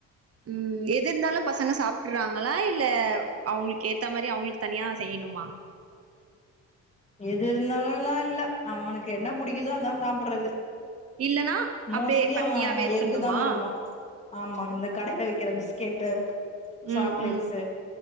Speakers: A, on the right; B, on the left.
A: உம் எது இருந்தாலு பசங்க சாப் டுர்றாங்களா இல்ல அவங்ளுக் கேத்த மாரி அவங்ளுக்கு தனியா செய்யணுமா
B: எது இருந்தாலுலா இல்ல அவனுக்கு என்ன புடிக்குதோ அதா சாப்புட்றது
A: இல்லன்னா
B: மோஸ்லி
A: அப்டியே பட்னியாவே
B: அவ எஃக்கு
A: திண்ணுமா
B: தா விரும்ப்வா ஆமா இந்த கடைல விக்கிற பிஸ்கெட்டு சாக்லேட்ஸ்ஸு
A: ம் ம்